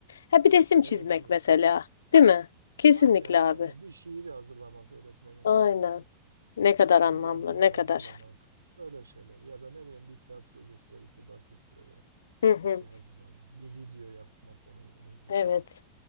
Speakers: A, on the left (about 65°); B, on the right (about 80°).
A: Ha bir resim
B: evet
A: çizmek
B: evet.
A: mesela, değil mi? Kesinlikle
B: Aynen aynen
A: abi.
B: bir şiiri hazırlamak öğretmeninle
A: Aynen.
B: ilgili.
A: Ne kadar
B: bir
A: anlamlı,
B: yazı hazırlamak,
A: ne kadar.
B: böyle şeyler ya da ne bileyim bir tiyatro gösterisi basit böyle
A: Hı hı.
B: bir şey hazırlamak, bir video yapmak onun onun için
A: Evet.